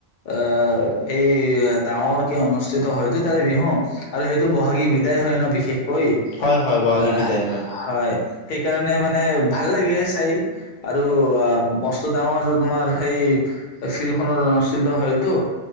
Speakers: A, on the left; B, on the left.
A: অ' সেই ডাঙৰকে অনুষ্ঠিত হয়টো তাৰে বিহু আৰু সেইটো বহাগী বিদাই হয় ন বিশেষ কৈ
B: হয় হয় বহাগী
A: আঃ
B: বিদায়
A: হয় সেইকাৰণে মানে ভাল লাগে চাই আৰু অ মস্ত ডাঙৰ তোমাৰ সেই <unintelligible> দ হয়তো,